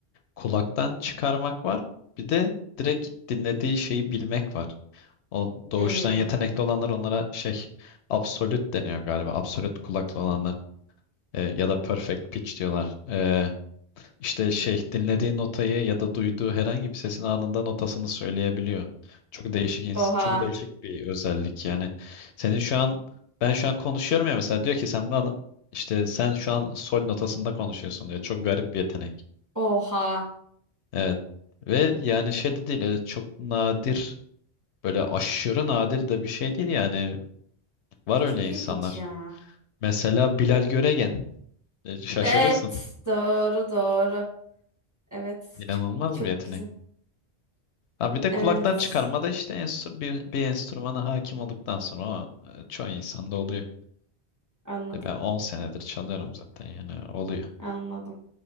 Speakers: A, on the left; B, on the right.
A: kulaktan çıkarmak var. Bir de direkt dinlediği şeyi bilmek var. O doğuştan
B: Hmm.
A: yetenekli olanlar onlara şey absolut deniyor galiba. Absolut kulaklı olanlar E, ya da perfect pitch diyorlar. E, işte şey dinlediği notayı ya da duyduğu herhangi bir sesin anında notasını söyleyebiliyor. Çok değişik ins-
B: Oha.
A: çok değişik bir özellik yani. Senin şu an ben şu an konuşuyorum ya mesela diyor ki sen bana işte sen şu an sol notasında konuşuyorsun diyor. Çok garip bir yetenek.
B: Oha.
A: Evet. Ve yani şey de değil öyle çok nadir böyle aşırı nadir de bir şey değil yani Var öyle
B: Çok
A: insanlar.
B: ilginç ya.
A: Mesela Bilal Göregen. E, şaşırırsın.
B: Evet. Doğru doğru. Evet.
A: İnanılmaz
B: Çok çok
A: bir yetenek.
B: güzel.
A: Ha bir de kulaktan
B: Evet.
A: çıkarma da işte enstr- bir, bir enstrümana hakim olduktan sonra o e, çoğu insanda oluyor.
B: Anladım.
A: E ben 10 senedir çalıyorum zaten yani oluyor.
B: Anladım.